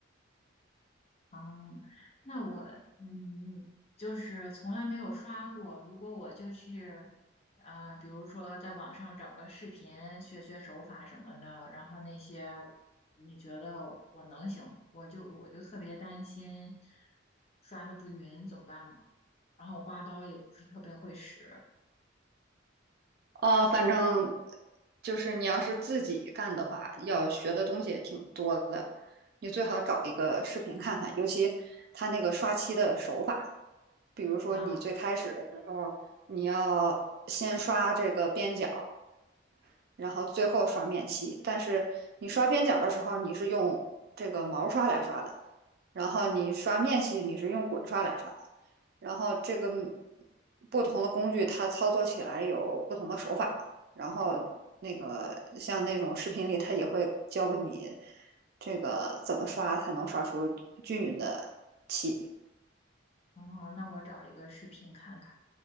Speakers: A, on the left (about 30°); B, on the right (about 50°).
A: 嗯，那我嗯，就是从来没有刷过。如果我就去，呃，比如说在网上找个视频学学手法什么的，然后那些，你觉得我能行吗？我就我就特别担心刷的不匀，怎么办呢？然后刮刀也不是特别会使
B: 呃，反正就是你要是自己干的话，要学的东西也挺多的。你最好找一个视频看看，尤其他那个刷漆的手法，比如说你最开始的时候，
A: 啊。
B: 你要先刷这个边角，然后最后刷面漆。但是你刷边角的时候，你是用这个毛刷来刷的，然后你刷面漆，你是用滚刷来刷的。然后这个不同的工具，它操作起来有不同的手法嘛。然后那个像那种视频里，它也会教给你这个怎么刷才能刷出均匀的漆。
A: 嗯，那我找一个视频看看。